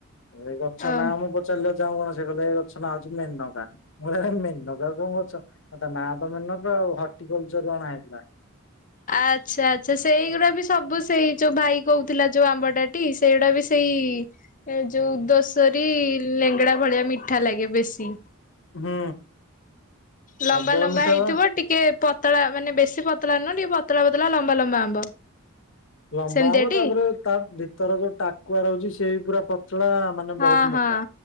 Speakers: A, on the left; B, on the left.
A: ଏ ଗଛ
B: ଓ
A: ନାଁ ମୁଁ ପଚାରିଲି ଜା ଆମକୁ କଣ ସେ କହିଲେ ଗଛ ନାଁ ହେଉଛି ମେନକା। ମୁଁ କହିଲି ମେନକା କୋଉ ଗଛ। ତା ନାଁ ତ ମେନକା ଆଉ ହର୍ଟିକଲଚର ଅଣା ହେଇଥିଲା।।
B: ଆଚ୍ଛା ଆଚ୍ଛା ସେଇଗୁଡା ବି ସବୁ ସେଇ ଯୋଉ ଭାଇ କହୁଥିଲା ଯୋଉ ଆମ୍ବଟାଟି ସେଇଗୁଡା ବି ସେଇ ଏ ଯୋଉ ଦୋଷରୀ ଲେଙ୍ଗଡା ଭଳିଆ ମିଠା ଲାଗେ ବେଶୀ।
A: ହୁଁ।
B: ଲମ୍ବା
A: ପ୍ରବଳ
B: ଲମ୍ବା
A: ମିଠା
B: ହେଇଥିବ
A: ବା।
B: ଟିକେ ପତଳା ମାନେ ବେଶୀ ପତଳା ନୁହଁ ଟିକେ ପତଳା ପତଳା ଲମ୍ବା ଲମ୍ବା ଆମ୍ବ।
A: ଲମ୍ବା
B: ସେମିତିଆଟି
A: ହବ ତାପରେ ତା ଭିତର ଯୋଉ ଟାକୁଆ ରହୁଛି ସେ ପୁରା ପତଳା ମାନେ
B: ହଁ
A: ବହୁତ ମୋଟା।
B: ହଁ